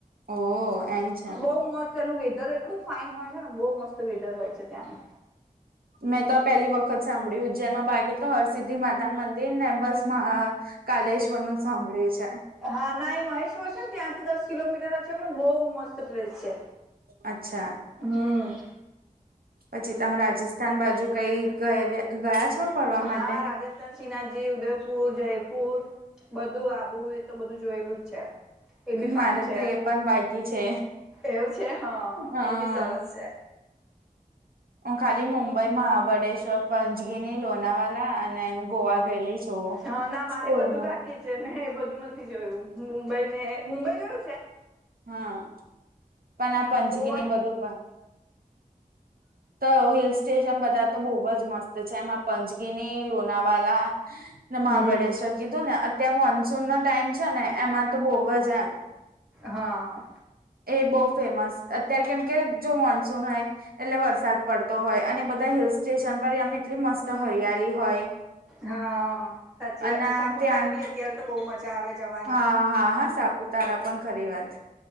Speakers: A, on the right; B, in the centre.
A: ઓ એમ છે
B: બહુ મસ્ત એનું વેધર એટલું ફાઈન હોય છે ને બહુ મસ્ત વેધર હોય છે ત્યાંનું.
A: મેં તો આ પેલી વખત સાંભળ્યું ઉજ્જૈનમાં બાકી તો હરસિદ્ધિ માતા મંદિર ને બસ મહા. કાલેશ્વર નું સાંભળ્યું છે.
B: હા ના એ મહેશ્વર છે ને ત્યાંથી દસ કિલોમીટર છે પણ બહુ મસ્ત પ્લેસ છે.
A: અચ્છા.
B: હમ
A: પછી તમે રાજસ્થાન બાજુ કઈ ગ ગયા છો. ફરવા માટે?
B: હા રાજસ. શ્રીનાથજી ઉદયપુર જયપુર બધું આબુ એતો બધું જોયેલું જ છે. એ બી ફાઈન
A: મારે
B: છે
A: તો એ પણ બાકી છે.
B: એવું છે હા
A: હા
B: એ બી સરસ છે.
A: હું ખાલી મુુંબઈ મહાબલેશ્વર. પંચગીની લોનાવાલા અને એમ ગોવા ગયેલી છું
B: હા ના મારે
A: સ્કૂલમાંથી.
B: બધું બાકી મેં એ બધું નથી જોયું મુંબઈ ને મુંબઈ જોયું છે.
A: હા પણ આ પંજગીની
B: ગોવા
A: બધું પણ તો હિલ સ્ટેશન બધા તો બહુ જ મસ્ત છે એમાં પંચગીની લોનાવાલા ને મહાબળેશ્વર
B: હમ
A: કીધું ને અત્યારે મોનસૂન નો ટાઈમ છે ને એમાં તો બહવ જ એમ
B: હા
A: એ બહુ ફેમસ અત્યારે કેમ કે જો મોનસૂન હોય એટલે વરસા વરસાદ પડતો હોય અને બધા હિલ સ્ટેશન પર આમ એટલી મસ્ત હરિયાળ હોય
B: હા સાચી વાત
A: અને
B: છે સાપુતારા
A: ત્યાં
B: બી અત્યારે તો બહુ મજા આવે જવાની
A: હા હા હા સાપુતારા પણ ખરી વાત